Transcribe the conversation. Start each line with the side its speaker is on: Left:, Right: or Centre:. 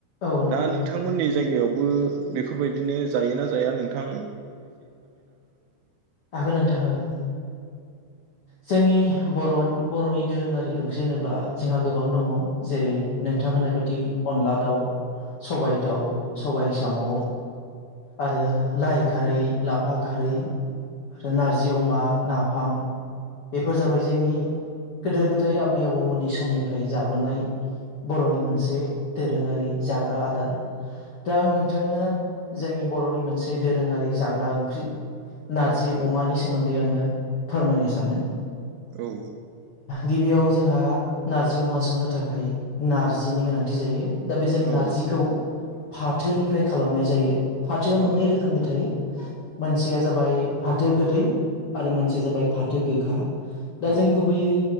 Left: औ नोंथां
Right: दा नोंथांमोननि जायगायावबो बेफोरबायदिनो जायोना जाया नोंथां
Left: हागोन नोंथां हागोन जोंनि बर बर'नि दोरोङारि ओंख्रि होनोब्ला जोंहा गोबां दङ जेरै नोंथां होनाय बायदि अनला दाउ सबाय दाउ सबाय
Right: औ
Left: साम' आरो लाइ खारै लाफा खारै आरो नारजि अमा नाफाम बेफोर जाबाय जोंनि गोदो गोदाय आबै आबौमोननि समनिफ्राय जाबोनाय बर'नि मोनसे दोरोङारि जाग्रा आदार दा आं नोंथांनो जोंनि बर'नि मोनसे दोरोङारि जा ग्रा ओंख्रि नारजि अमानि सोमोन्दै आङो फोरमायनो सान्दों
Right: औ
Left: गिबियाव जोंहा नारजि अमा संनो थाखाय नारजिनि गोनांथि जायो दा बे जों
Right: औ
Left: नारजिखौ
Right: नोंथां
Left: फाथोनिफ्राय खालामनाय जायो फाथोआ
Right: औ
Left: मोननै
Right: नोंथां
Left: रोखोमनि थायो मोनसेया जाबाय फाथो गोदै आरो मोनसेया जाबाय फाथो गोखा दा
Right: औ
Left: जों गुबैयै